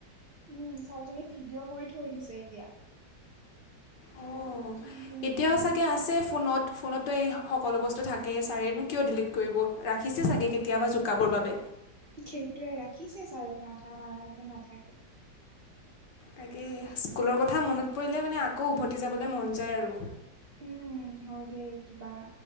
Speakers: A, on the right (about 40°); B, on the left (about 75°).
A: উম, ছাৰজনে ভিডিঅ' কৰি থৈ দিছে এতিয়া।
B: অঁ
A: কি যে
B: এতিয়াও
A: মানে
B: চাগে আছে ফোনত-ফোনত। তো এই সকলো বস্তু থাকেই ছাৰেনো কিয় ডিলিট কৰিব, ৰাখিছে চাগে কেতিয়াবা জোকাবৰ বাবে।
A: সেইটোয়ে ৰাখিছে ছাৰে নাথা ন নাখাকে নাথাকে।
B: তাকেই স্কুলৰ কথা মনত পৰিলে মানে আকৌ উভতি যাবলৈ মন যায় আৰু।
A: উম, হয় দেই কিবা